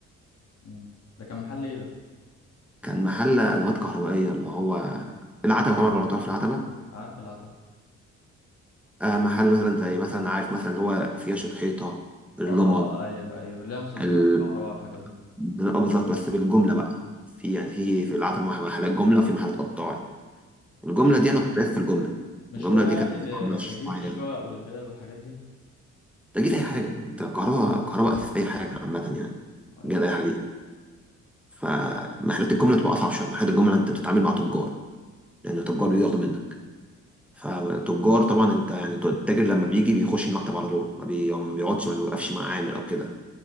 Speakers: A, on the left; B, in the centre.
A: مم. ده كان محل ايه ده
B: كان محل ادوات كهربائيه اللي هو العتبه طبعا لو تعرف العتبه
A: عارف العتبة
B: آه محل مثلا زي مثلا عارف مثلا اللي هو فياش الحيطه اللمض
A: اه ايوه ايوه اللي هي مستلزمات
B: ال...
A: الكهرباء والحاجات دي
B: آه بالظبط بس بالجمله بقى في يعني في في العتبه مح- محلات جمله وفي محلات قطاعي الجمله
A: مش
B: دي انا كنت واقف في الجمله
A: مش
B: الجمله
A: هو
B: دي
A: يعني
B: كانت
A: لتجهيز
B: عامله شويه
A: الشقق والبلال والحاجات دي
B: انت جيت اي حاجه انت كهرباء كهرباء اساس اي حاجه عامه يعني
A: ايوه
B: جاد اي حاجه دي فمحلات الجمله بتبقى اصعب شويه محلات الجمله انت بتتعامل مع تجار لان التجار
A: مم.
B: بياخدوا منك فتجار طبعا انت يعني التاجر لما بيجي بيخش المكتب على طول ما بي- أو ما بيقعدش ما بيوقفش مع عامل او كده